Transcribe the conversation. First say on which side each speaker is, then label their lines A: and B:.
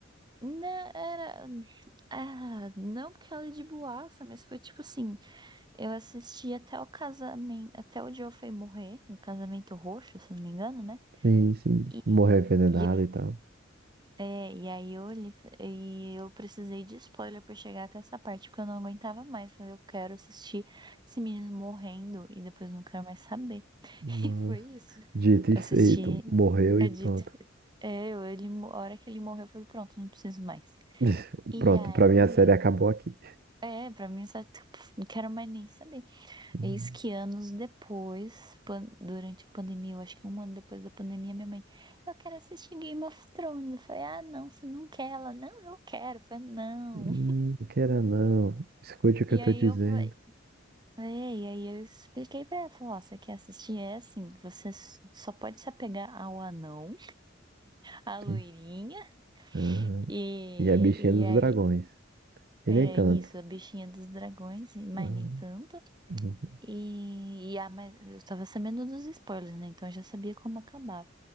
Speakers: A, on the right; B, on the right.
A: Não, era, ah, não porque ela é de boaça, mas foi tipo assim, Eu assisti até o casamento, até o Joe foi morrer, um casamento roxo, se não me engano, né?
B: Sim, sim,
A: E,
B: morrer envenenado
A: e, aí,
B: e tal.
A: é, e aí eu olhei e eu precisei de spoiler pra chegar até essa parte, porque eu não aguentava mais. Falei, eu quero assistir esse menino morrendo e depois não quero mais saber.
B: Nossa.
A: <laughs> E foi isso. Eu
B: Dito e
A: assisti,
B: feito. Morreu
A: eu
B: e
A: dito,
B: pronto.
A: é, eu, ele, mo- a hora que ele morreu, eu falei, pronto, não preciso mais.
B: <laughs>
A: E
B: Pronto,
A: aí,
B: pra mim a série acabou aqui.
A: é, pra mim, só, tipo, não quero mais nem saber.
B: Hum,
A: Eis que anos depois, pan- durante a pandemia, eu acho que um ano depois da pandemia, minha mãe, eu quero assistir Game of Thrones. Eu falei, ah, não, você não quer? Ela, não, eu quero. Eu falei, não.
B: Não não queira não. Escute o que
A: E
B: eu tô
A: aí
B: dizendo.
A: eu falei, é, e aí eu expliquei pra ela, falei, ó, você quer assistir? É assim, você s- só pode se apegar ao anão, à loirinha,
B: Sim. Ah,
A: e,
B: E a bichinha dos
A: e aí,
B: dragões. E
A: é
B: nem tanto.
A: isso, a bichinha dos dragões, mas
B: Ah,
A: nem tanto.
B: uhum.
A: E, e ah, mas eu tava sabendo dos spoilers, né? Então eu já sabia como acabava.